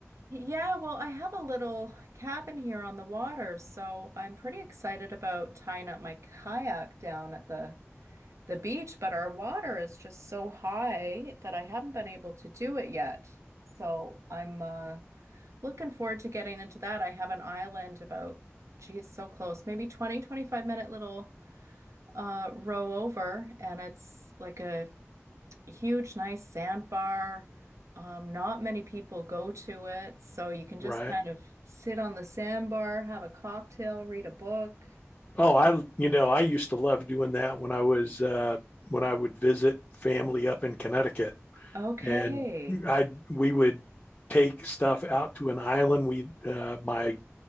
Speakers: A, on the right; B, on the left.
A: yeah, well, I have a little cabin here on the water, so I'm pretty excited about tying up my kayak down at the the beach, but our water is just so high that I haven't been able to do it yet. So I'm uh looking forward to getting into that. I have an island about, geez, so close, maybe twenty twenty five minute little uh row over, and it's like a huge, nice sandbar. Um, not many people go to it, so you can just
B: Right.
A: kind of sit on the sandbar, have a cocktail, read a book.
B: Oh, I you know, I used to love doing that when I was uh when I would visit family up in Connecticut
A: Okay.
B: and I we would take stuff out to an island. We uh my